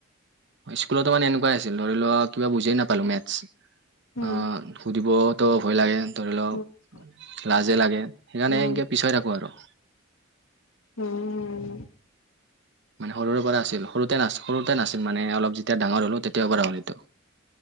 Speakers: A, on the right (about 55°); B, on the left (about 70°).
A: স্কুলতো মানে এনেকুৱাই আছিল ধৰি লোৱা কিবা বুজি নাপালো মেতছ্
B: উম
A: দিবতো ভয় লাগে ধৰি লওক
B: উম
A: লাজে লাগে সেইকাৰণে
B: উম
A: এনকে পিছাই থাকো আৰু
B: উম উম
A: মানে সৰুৰে পৰা আছিল সৰুতে নাচ সৰুতে নাছিল মানে অলপ যেতিয়া ডাঙৰ হলো তেতিয়াও পৰা হলিতটো